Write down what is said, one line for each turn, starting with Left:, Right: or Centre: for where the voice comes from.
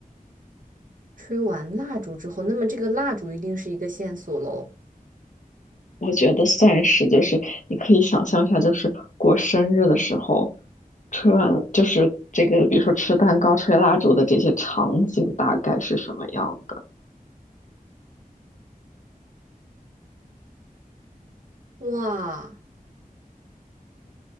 Right: 吹完蜡烛之后，那么这个蜡烛一定是一个线索喽。
Left: 我觉得算是，就是你可以想象一下，就是过生日的时候，吹完就是这个，比如说吃蛋糕、吹蜡烛的这些场景大概是什么样的？
Right: 哇。